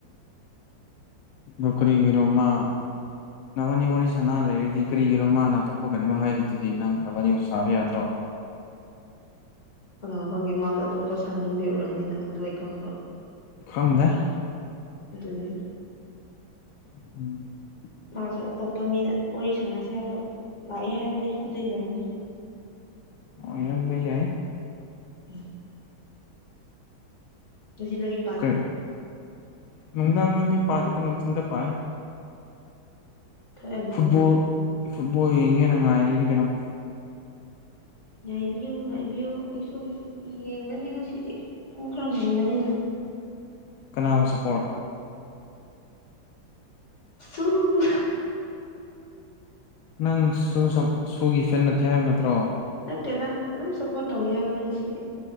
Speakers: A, on the left (about 85°); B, on the left (about 35°).
A: ꯑꯝ ꯀꯔꯤꯒꯤꯔꯣ ꯃꯥ
B: <unintelligible>
A: ꯅꯕꯥꯅꯤ ꯋꯥꯔꯤ ꯁꯅꯥ ꯂꯩꯔꯤꯗꯤ ꯀꯔꯤꯒꯤꯅꯣ ꯃꯥꯅ ꯑꯇꯣꯞꯄ ꯀꯩꯅꯣꯃ ꯍꯥꯏꯔꯤꯗꯨꯗꯤ ꯅꯪ ꯅꯕꯥꯅꯤ ꯋꯥꯔꯤ ꯁꯥꯕ ꯌꯥꯗ꯭ꯔꯣ
B: ꯀꯅꯥ ꯈꯪꯒꯦ ꯃꯥꯁꯨ ꯑꯇꯣꯞꯄ ꯁꯥꯅꯤꯡꯕꯩ ꯑꯣꯏꯔꯝꯅꯤꯅ ꯑꯗꯨ ꯑꯩ ꯈꯪꯕ꯭ꯔꯣ
A: ꯈꯪꯗꯦ
B: ꯑꯗꯨꯅꯤ
A: <unintelligible>
B: ꯃꯥꯁꯨ ꯑꯇꯣꯞꯄ ꯃꯤꯅ ꯋꯥꯔꯤ ꯁꯥꯟꯅꯁꯦ ꯍꯥꯏꯕ ꯂꯥꯛꯑꯦ ꯍꯥꯏꯕꯅꯤ ꯑꯗꯨꯏ ꯑꯣꯏꯔꯝꯅꯤ
A: ꯑꯣꯏꯔꯝꯕ ꯌꯥꯏ
B: <unintelligible> <inaudible>
A: ꯀꯩ ꯅꯨꯡꯗꯥꯡꯗꯗꯤ ꯄꯥꯗꯦꯗ ꯅꯨꯡꯊꯤꯟꯗ ꯄꯥꯏ
B: ꯊꯋꯥꯏ ꯌꯥꯝ ꯆꯤꯜꯂꯦꯅꯦ
A: ꯐꯨꯠꯕꯣꯜ ꯐꯨꯠꯕꯣꯜ ꯌꯦꯡꯉꯦꯅ ꯉꯥꯏꯔꯤꯅꯤ ꯀꯩꯅꯣ
B: ꯉꯥꯏꯕꯤꯌꯨ ꯉꯥꯏꯕꯤꯌꯨ ꯑꯩꯁꯨ ꯌꯦꯡꯒꯅꯤ ꯉꯁꯤꯗꯤ ꯄꯨꯡ ꯈꯔ ꯉꯟꯕꯅꯤꯅ
A: ꯀꯅꯥꯕꯨ ꯁꯄꯣꯔꯠ
B: ꯁꯨ
A: ꯅꯪ ꯁꯨ ꯁꯨꯒꯤ ꯐꯦꯟ ꯅꯠꯇꯦ ꯍꯥꯏꯕ ꯅꯠꯇ꯭ꯔꯣ
B: ꯅꯠꯇꯦꯗ ꯑꯗꯨꯝ ꯁꯞꯄꯣꯔꯠ ꯇꯧꯒꯦ ꯍꯥꯏꯕꯅꯤ ꯉꯁꯤꯗꯤ